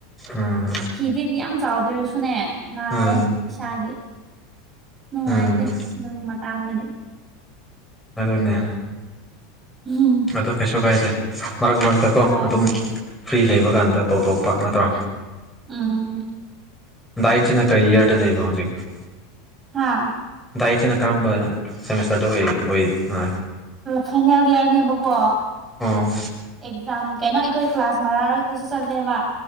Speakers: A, in the centre; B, on the right.
A: ꯎꯝ
B: ꯐꯤꯗꯤ ꯌꯥꯝ ꯆꯥꯎꯗ꯭ꯔꯁꯨꯅꯦ ꯅꯥꯏ
A: ꯎꯝ
B: ꯏꯁꯥꯒꯤ ꯅꯨꯡꯉꯥꯏꯇꯦ
A: ꯎꯝ
B: ꯑꯗꯨꯒꯤ ꯃꯇꯥꯡꯗꯗꯤ
A: ꯑꯗꯨꯅꯦ
B: ꯎꯝ <unintelligible>
A: ꯑꯗꯨ ꯀꯩꯁꯨ ꯀꯥꯏꯗꯦ ꯃꯔꯛ ꯃꯔꯛꯇꯀꯣ
B: ꯍꯣꯏ
A: ꯑꯗꯨꯝ ꯐ꯭ꯔꯤ ꯂꯩꯕ ꯀꯥꯟꯗ ꯇꯧꯊꯣꯛꯄ ꯅꯠꯇ꯭ꯔꯥ
B: ꯑꯝ
A: ꯗꯥꯏꯠꯁꯤꯅ ꯀꯔꯤ ꯌꯥꯔꯗ ꯂꯩꯕ ꯍꯧꯖꯤꯛ
B: ꯍꯥꯥ
A: ꯗꯥꯏꯠꯁꯤꯅ ꯀꯔꯝꯕ ꯁꯦꯃꯤꯁꯇꯥꯔꯗ ꯑꯣꯏ ꯑꯣꯏ ꯑꯥ
B: ꯐꯥꯏꯅꯦꯜ ꯏꯌꯥꯔꯅꯦꯕꯀꯣ
A: ꯑꯣ
B: ꯑꯦꯛꯖꯥꯝ ꯀꯩꯅꯣ ꯑꯩꯈꯣꯏ ꯀ꯭ꯂꯥꯁ ꯃꯔꯛ ꯔꯛꯇꯁꯨ ꯆꯠꯂꯦꯕ